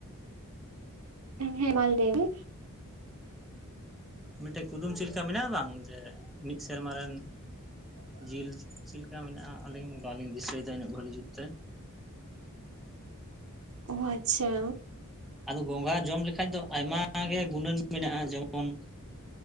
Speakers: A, on the right; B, in the centre.
A: ᱦᱮᱸ ᱦᱮᱸ ᱢᱟ ᱞᱟᱹᱭ ᱢᱮ?
B: ᱢᱤᱫᱴᱮᱱ ᱠᱩᱫᱩᱢ ᱪᱮᱫ ᱞᱮᱠᱟ ᱢᱮᱱᱟᱜ-ᱟ, ᱵᱟᱝ ᱡᱮ ᱢᱤᱫ ᱥᱮᱨᱢᱟ ᱨᱮᱱ ᱡᱤᱞ ᱪᱮᱫ ᱞᱮᱠᱟ ᱢᱮᱱᱟᱜ-ᱟ, ᱟᱹᱞᱤᱧ ᱵᱟᱞᱤᱧ ᱫᱤᱥᱟᱹᱭᱮᱫᱟ ᱩᱱᱟᱹᱜ ᱵᱷᱟᱹᱞᱤ ᱡᱩᱛ ᱛᱮ
A: ᱚ ᱟᱪᱪᱷᱟ
B: ᱟᱫᱚ ᱜᱚᱝᱜᱷᱟ ᱡᱚᱢ ᱞᱮᱠᱟᱡ ᱫᱚ ᱟᱭᱢᱟ ᱜᱮ ᱜᱩᱱᱟᱹᱱ ᱢᱮᱱᱟᱜ-ᱟ, ᱡᱮᱢᱚᱱ